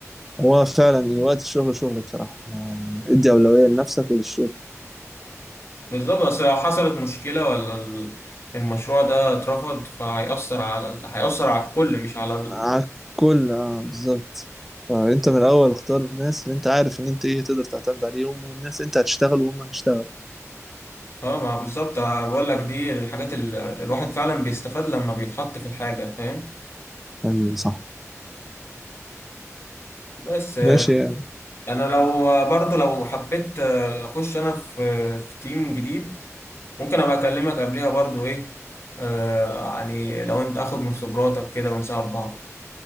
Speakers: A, in the centre; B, on the left.
A: هو فعلا إيه، وقت الشغل شغل بصراحة ما- ادي أولوية لنفسك وللشغل
B: بالظبط بس لو حصلت مشكلة ولا ال- المشروع ده اترفض فهيأثر على ال- هيأثر على الكل مش على ال...
A: على الكل اه بالظبط فأنت من الأول اختار الناس اللي أنت عارف إن أنت إيه تقدر تعتمد عليهم والناس أنت هتشتغل وهم هيشتغل
B: اه ما بالظبط أنا بقول لك دي الحاجات اللي الواحد فعلا بيستفاد لما بيتحط في الحاجة فاهم
A: أيوة صح
B: بس آه،
A: ماشي يا عم.
B: انا لو برضو لو حبيت آه، اخش انا في في تيم جديد ممكن ابقى اكلمك قبلها برضو ايه آه يعني لو انت اخد من خبراتك كده ونساعد بعض